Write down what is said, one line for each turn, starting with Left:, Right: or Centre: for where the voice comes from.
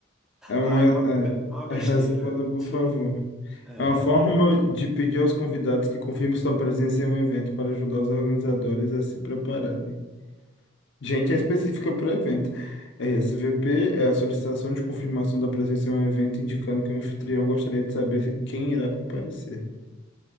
Left: É uma.
Centre: Ah, é uma, be- é uma besteira
Left: é, responda, por
Centre: de...
Left: favor.
Centre: É.
Left: É uma forma de pedir aos convidados que confirmem sua presença em um evento para ajudar os organizadores a se prepararem. Gente, é específica para o evento. RSVP é a solicitação de confirmação da presença em um evento, indicando que o anfitrião gostaria de saber quem irá comparecer.